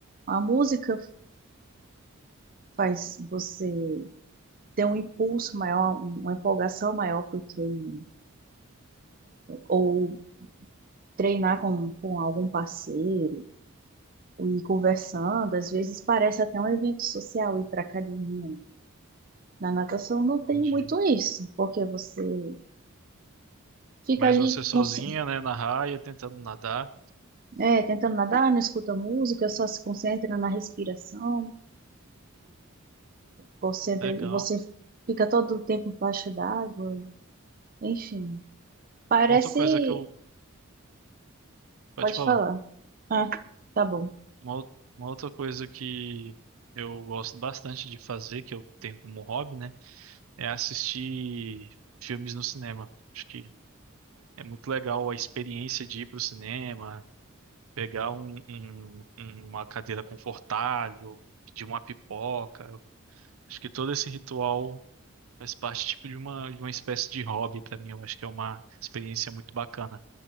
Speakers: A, on the right (about 40°); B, on the right (about 80°).
A: A música faz você ter um impulso maior, uma empolgação maior para o treino, né? ou treinar com, com algum parceiro. e conversando, às vezes parece até um evento social ir para a academia. né? Na natação não tem
B: Entendi.
A: muito isso, porque você fica
B: Mas
A: ali
B: você sozinha,
A: cons-
B: né, na raia, tentando nadar.
A: é, tentando nadar, não escuta música, só se concentra na respiração, concentra,
B: Legal.
A: você fica todo o tempo embaixo d'água, enfim. Parece,
B: Outra coisa que eu, pode
A: pode
B: falar.
A: falar. Ah, tá bom,
B: Uma, ou- uma outra coisa que eu gosto bastante de fazer, que eu tenho como hobby, né, é assistir filmes no cinema. Acho que é muito legal a experiência de ir pro cinema, pegar um, um- um, uma cadeira confortável, pedir uma pipoca. Acho que todo esse ritual faz parte tipo de uma, de uma espécie de hobby para mim. Eu acho que é uma experiência muito bacana.